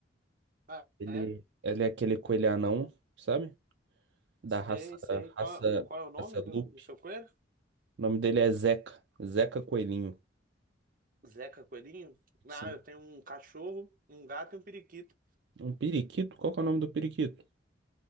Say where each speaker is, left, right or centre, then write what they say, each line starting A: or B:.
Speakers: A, on the right; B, on the right.
A: Ah,
B: Ele,
A: é.
B: ele é aquele coelho anão, sabe? Da
A: Sei,
B: raça,
A: sei. Qual,
B: raça,
A: qual é o nome
B: raça
A: do,
B: Lupe.
A: do seu coelho?
B: O nome dele é Zeca. Zeca Coelhinho.
A: Zeca Coelhinho?
B: Sim.
A: Ah, eu tenho um cachorro, um gato e um periquito.
B: Um periquito? Qual que é o nome do periquito?